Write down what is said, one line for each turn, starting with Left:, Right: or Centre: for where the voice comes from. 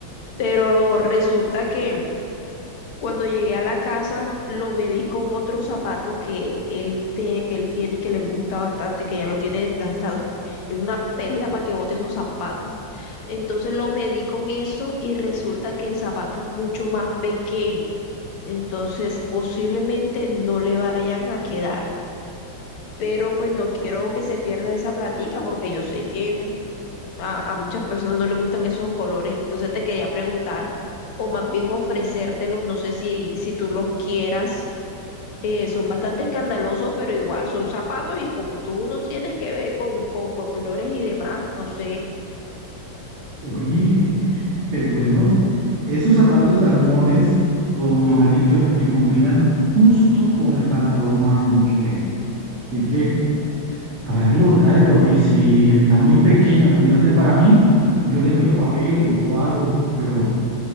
Left: Pero resulta que cuando llegué a la casa, lo medí con otro zapato que él, te- que él tiene y que le gusta bastante, que ya lo tiene desgastado. Es una pelea para que bote esos zapatos. Entonces lo medí con eso y resulta que el zapato es mucho más pequeño. Entonces posiblemente no le vayan a quedar. Pero pues no quiero que se pierda esa platica porque yo sé que a, a muchas personas no les gustan esos colores, entonces te quería preguntar, o más bien ofrecértelos, no sé si, si tú los quieras. Eh, son bastante escandalosos, pero igual son zapatos y como tú no tienes que ver con, con colores y demás, no sé.
Right: Uy, eh, bueno, esos zapatos salmones con amarillo me combinan justo con el pantalón marrón que tengo. Así que tráelo, tráelo. Y si está muy pequeño, muy grande para mí, yo le meto papel o algo, pero...